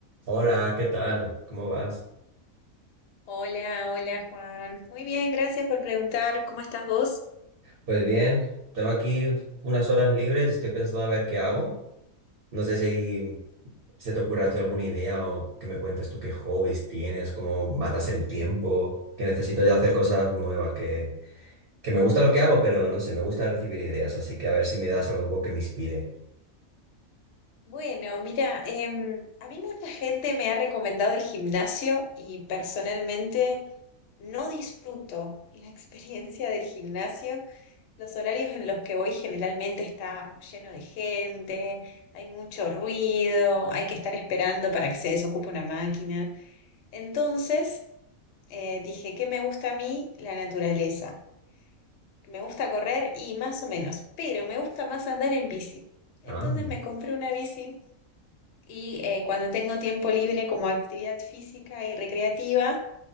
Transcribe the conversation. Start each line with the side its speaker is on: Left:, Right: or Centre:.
Right: Hola, ¿qué tal? ¿Cómo vas?
Left: Hola, hola Juan. Muy bien, gracias por preguntar. ¿Cómo estás vos?
Right: Pues bien, tengo aquí unas horas libres, estoy pensando a ver qué hago. No sé si se te ocurre a ti alguna idea o que me cuentes tú qué hobbies tienes, cómo matas el tiempo, que necesito ya hacer cosas nuevas, que, que me gusta lo que hago, pero no sé, me gusta recibir ideas, así que a ver si me das algo que me inspire.
Left: Bueno, mira, em, a mí mucha gente me ha recomendado el gimnasio y personalmente no disfruto la experiencia del gimnasio. Los horarios en los que voy generalmente está lleno de gente, hay mucho ruido, hay que estar esperando para que se desocupe una máquina. Entonces, eh, dije que me gusta a mí la naturaleza. Me gusta correr y más o menos, pero me gusta más andar en bici. Entonces
Right: Ah.
Left: me compré una bici y eh, cuando tengo tiempo libre como actividad física y recreativa,